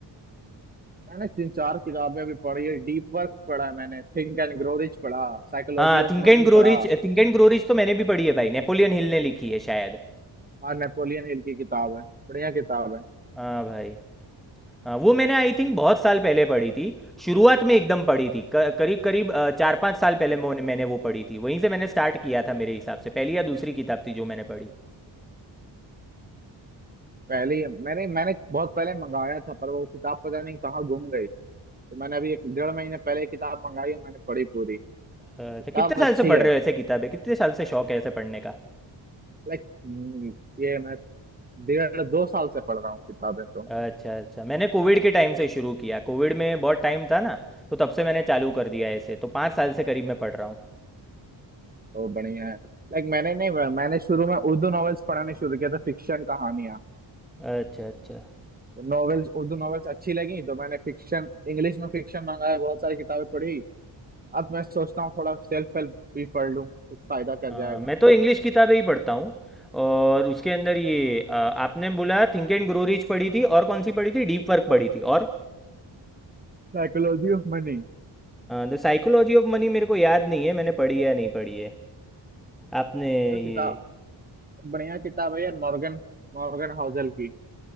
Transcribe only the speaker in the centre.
हाँ think
and grow
rich think and grow rich तो मैंने भी पढ़ी है भाई नेपोलियन हिल ने लिखी है शायद
हाँ भाई हाँ वो मैंने आई थिंक बहुत साल पहले पढ़ी थी शुरुआत में एकदम पढ़ी थी क- करीब करीब अ, चार पाँच साल पहले मोने- मैंने वो पढ़ी थी वहीं से मैंने स्टार्ट किया था मेरे हिसाब से पहली या दूसरी किताब थी जो मैंने पढ़ी
अच्छा कितने साल
से पढ़
रहे हो ऐसे किताबें कितने साल से शौक है ऐसे पढ़ने का
अच्छा अच्छा मैंने कोविड के टाइम से शुरू किया कोविड में बहुत टाइम था ना तो तब से मैंने चालू कर दिया ऐसे तो पाँच साल से करीब मैं पढ़ रहा हूँ
अच्छा अच्छा
अ,
मैं तो इंग्लिश किताबें ही पढ़ता हूँ और उसके अंदर ये अ, आपने बोला थिंक एंड ग्रो रिच पढ़ी थी और कौन सी पढ़ी थी डीप वर्क पढ़ी थी और
द साइकोलॉजी ऑफ मनी मेरे को याद नहीं है मैंने पढ़ी है या नहीं पढ़ी है आपने
ये